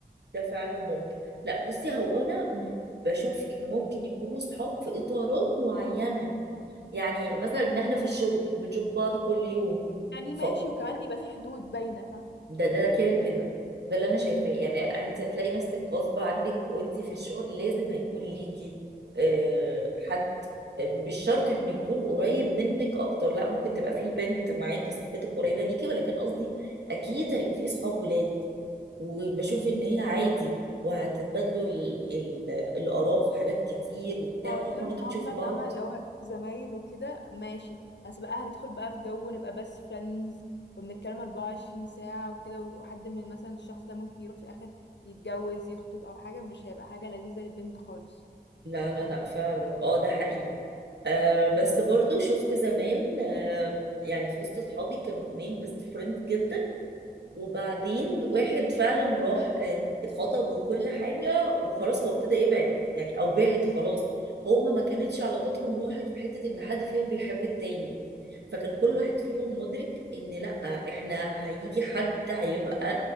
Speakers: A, on the right; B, on the left.
A: ده فعلا ممكن لا بصي هو انا م- بشوف ان ممكن يكونوا صحاب في اطارات معينه يعني مثلا ان احنا في الشغل بنشوف بعض كل يوم
B: يعني
A: ف
B: ماشي وكمان يبقى في حدود باينة
A: ده ده كده كده ده اللي انا شايفاه يعني انت هتلاقي نفسك غصب عنك وانت في الشغل لازم هيكون ليكي آه، حد مش شرط انه يكون قريب منك اكتر لا ممكن تبقى في بنت معاكي صاحبتك قريبه ليكي ولكن قصدي اكيد هيبقى في صحاب ولاد وبشوف
B: فاهمة
A: ان هي عادي وهتتبادلوا ال... ال... الاراء في حاجات كتير وبتاع
B: ما هو
A: بحكم
B: طول
A: ان انتوا
B: ما
A: بتشوفوا
B: هما
A: بعض
B: فاهمة اللي هو زمايل وكده ماشي بس بقى هندخل بقى في جو ونبقى بس فريندز وبنتكلم 24 ساعة وكده وحد من مثلا الشخص ده ممكن يروح في الآخر يتجوز يخطب أو حاجة مش هيبقى حاجة لذيذة للبنت خالص
A: لا لا
B: تمام
A: لا فعلا اه ده حقيقي آه بس برضو شفت زمان آه يعني في وسط اصحابي كانوا اتنين بيست فريند جدا وبعدين واحد فعلا راح آه خطب وكل حاجة وخلاص هو ابتدى يبعد يعني او بعد خلاص هما ما
B: مم.
A: كانتش علاقتهم راحت في حتة ان حد فيهم بيحب التاني فكان كل واحد فيهم مدرك ان لا احنا هيجي حد هيبقى